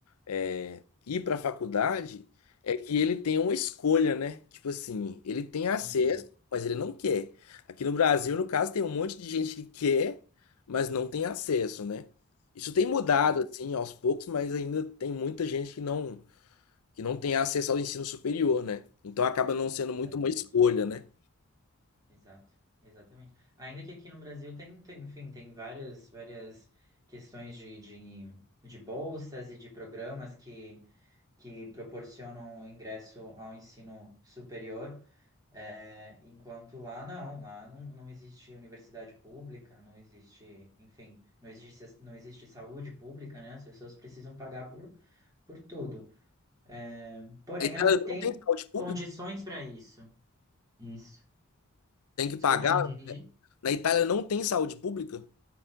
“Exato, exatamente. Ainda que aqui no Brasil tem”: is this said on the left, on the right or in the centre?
Right